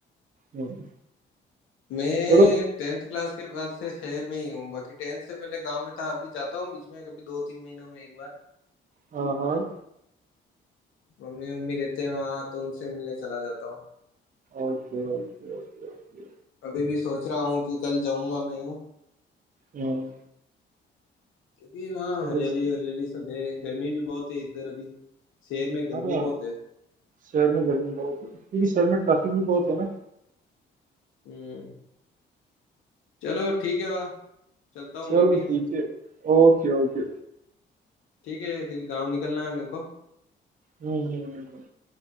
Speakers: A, on the right (about 40°); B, on the left (about 80°).
A: हम्म।
B: मैं
A: चलो
B: टेंथ क्लास के बाद से शहर में ही हूँ बाकी टेंथ से पहले गांव में था अभी जाता हूँ बीच में कभी दो तीन महीनों में एक बार
A: हाँ हाँ
B: मम्मी मम्मी रहते हैं वहाँ तो उनसे मिलने चला जाता हूँ
A: Okay okay okay okay
B: अभी भी सोच रहा हूँ कि कल जाऊंगा मैं हूँ
A: हम्म
B: क्योंकि वहाँ
A: चलो
B: हरियाली
A: सर
B: हरियाली सब है गर्मी भी बहुत है इधर अभी शहर में गर्मी
A: हाँ
B: बहुत है
A: शहर में गर्मी बहुत है क्योंकि शहर में ट्रैफिक भी बहुत है ना
B: हम्म चलो ठीक है वाह चलता हूँ
A: चलो
B: मैं भी
A: ठीक है Okay okay
B: ठीक है फिर गाँव निकलना है मेरे को
A: हम्म